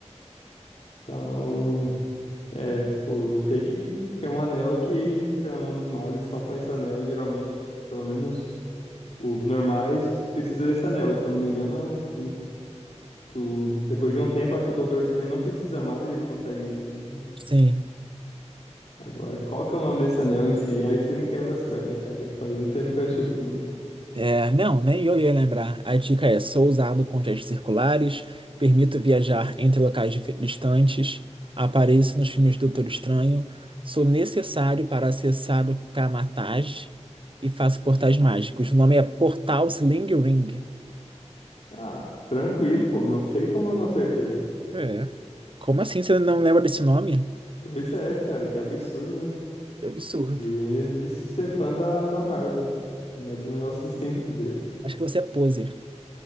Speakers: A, on the left; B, on the right.
A: Então, é, tipo, o fake, tipo, tem um anel que fica na mão dos magos e só com esse anel, geralmente, tipo, pelo menos os normais precisa desse anel. Se eu não me engano, é um- um, tipo, depois de um tempo, acho que o Doutor Estranho não precisa mais, ele consegue, tipo,
B: Sim.
A: agora, qual que é o nome desse anel em si? Aí você me quebra as pernas, cara, que faz muito tempo que eu assisti o filme.
B: É, não, nem eu ia lembrar. A dica é: sou usado com gestos circulares, permito viajar entre locais dif- distantes, apareço nos filmes do Doutor Estranho, sou necessário para acessar o Kamatage e faço portais mágicos. O nome é Portal Sling Ring.
A: Ah, tranquilo, pô, não sei como eu não acertei.
B: É. Como assim você não lembra desse nome?
A: Pois é, cara, que absurdo, né?
B: Que absurdo.
A: E ainda disse ser fã da, da Marvel. Lembra um negócio simples desse.
B: Acho que você é poser.